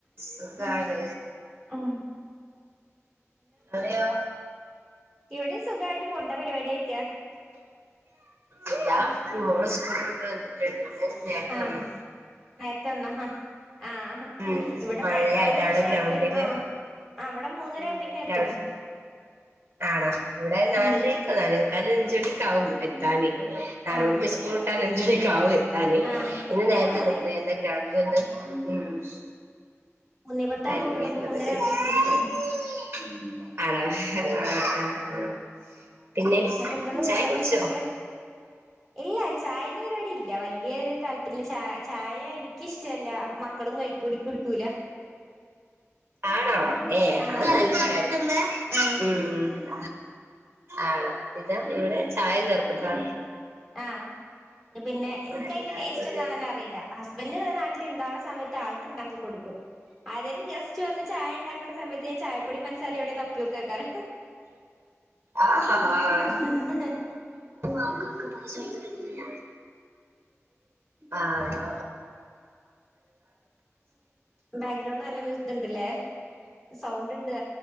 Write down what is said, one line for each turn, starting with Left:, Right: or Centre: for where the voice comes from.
Right: സുഖാണ്
Centre: ഉം
Right: അതെയോ
Centre: എവിടെയും സുഖമായിട്ട് പോണ് എന്താ പരിപാടി ആയിക്കാ
Right: ഇല്ല മോള് സകൂള് വിട്ട് വന്നിട്ടേണ്ടന്ന് ഇന്ന് നൊരതൊവനു
Centre: ആഹ് നേരത്തെ തന്നാഹാ ആഹ്ഹ
Right: ഉം
Centre: ഇവിടെ
Right: മഴയായത്
Centre: നേരത്തെ ഇവിടെ അതിൽ
Right: അവിടെ
Centre: നേരത്തെ
Right: ഗ്രൗണ്ടില്
Centre: വരും ആ അഹ് വിടെ മൂന്നര
Right: ഉം
Centre: ആകുമ്പോക്ക എത്തും
Right: ഗ്രൗണ്ട് ആണോ ഇവിടെ നാലരക്ക
Centre: ഉം
Right: ന്നാലേമുക്കാൽ അഞ്ച മണിക്കാവും എത്താന് നാല്
Centre: ആഹ്
Right: മണിക്ക് സ്കൂൾ ഇട്ടാല് അഞ്ച മണിക്ക ആകും എത്താന്
Centre: ആഹ്
Right: ഇന്ന്
Centre: ഇവിടെ
Right: നേരത്തെക്ക
Centre: മൂന്നേ
Right: എന്താ ഗ്രൗണ്ട് <unintelligible>
Centre: മൂന്നേ പത്താവുമ്പോ
Right: അഹ്
Centre: വിടും
Right: ങ്ങെനെള്ളത്
Centre: മൂന്നര
Right: ഹ്
Centre: ആവുമ്പേക്കിന്
Right: <unintelligible>
Centre: എത്തും
Right: ആഹ് ആഹ് ആഹ് പിന്നെ
Centre: എന്നിട്ട് എന്തെന്ന്
Right: ചായ
Centre: ഫുഡൊക്കെ
Right: കുടിച്ചോ
Centre: സ്പെഷ്യല് ഇല്ല ചായന്റെ പരിപാടി ഇല്ല വല്ല്യോരു താല്പര്യമില്ല ച ചായ നിക്കിഷ്ടല്ല അപ്പൊ മക്കളും കൈ കുട് കുടിക്കൂല
Right: ആണോ ഏഹ്
Centre: ആഹ്
Right: അഹ് നല്ലകാര്യം
Centre: ആഹ്
Right: ഉം ആണോ ഇതാ ഇവിടെ ചായ നിർഭന്താ
Centre: ആഹ് പിന്നെ എനിക്ക്
Right: എല്ലാരും
Centre: അയ്ന്റെ ടേസ്റ്റ് എന്താ തന്നെ അറിയില്ല ബന്റ് നാട്ടില്ണ്ടാവ്ണ സമയത്ത് ആൾക്കുണ്ടാക്കി കൊടുക്കും അതോലും ജസ്റ്റ് വന്ന് ചായ ഉണ്ടാക്കണ സമയത്ത് ഞാൻ ചായപ്പൊടി പൻസാരെ എവിടെ തപ്പിയോക്കയ്ക്കാര
Right: ആഹ് ഹ ആഹ്
Centre: ഉ
Right: ഓ ആക്ക ആക്ക പയിസിക്കടില്ല ആഹ്
Centre: ബാക്ക്ഗ്രൗണ്ട് നല്ല മ്യൂസിത്ണ്ട്ല്ലേ സൗണ്ട് ഉണ്ട്റെ